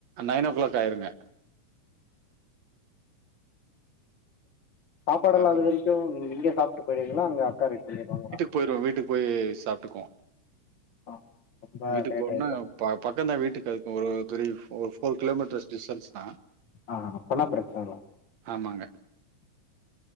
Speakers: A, on the right; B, on the left.
A: நைனோ கிளாக் ஆயிருங்க
B: சாப்பாடல்லா
A: அப்புறம்
B: அதுவரைக்கு நீங் இங்க சாப்ட்டு பொயிடுவிங்களா அங்க ரெடி பண்ணிருவாங்களா
A: பொயிருவோ வீட்டுக் போயி சாப்டுக்குவோ
B: ஆ ரொம்ப
A: வீட்டுக்கு
B: லேட்
A: போன்னா
B: ஆயிடு
A: ப பக்கந்தா வீட்டுக்கு அதுக்கு ஒரு three four four kilometres distance தா
B: அ அப்பன்னா பிரச்சனல்ல
A: ஆமாங்க